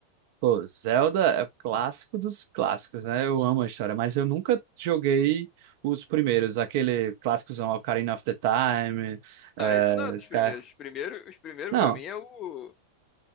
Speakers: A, on the right; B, on the left.
A: pô, Zelda é o clássico dos clássicos, né? Eu amo a história, mas eu nunca joguei os primeiros, aquele clássicozão Ocarina of the Time, eh,
B: Não, isso não é dos
A: Sky.
B: primeiros. Os primeiros, os primeiros
A: Não,
B: pra mim é o